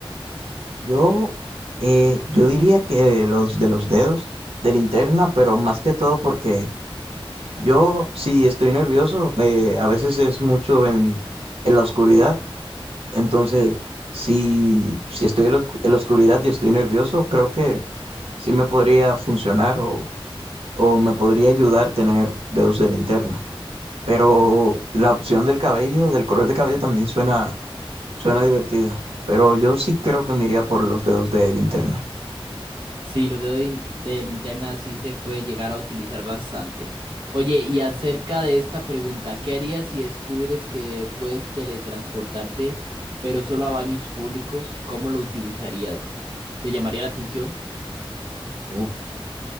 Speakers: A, on the right (about 85°); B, on the right (about 60°).
A: Yo, eh, yo diría que de los, de los dedos, de linterna, pero más que todo porque yo, si estoy nervioso, eh, a veces es mucho en, en la oscuridad. Entonces, si, si estoy en la oscu- en la oscuridad y estoy nervioso, creo que sí me podría funcionar o, o me podría ayudar tener dedos de linterna. Pero la opción del cabello, del color de cabello también suena, suena divertida. Pero yo sí creo que me iría por los dedos de linterna.
B: Sí, los dedos de, de linterna sí se puede llegar a utilizar bastante. Oye, y acerca de esta pregunta, ¿qué harías si descubres que puedes teletransportarte, pero solo a baños públicos? ¿Cómo lo utilizarías? ¿Te llamaría la atención?
A: Uf,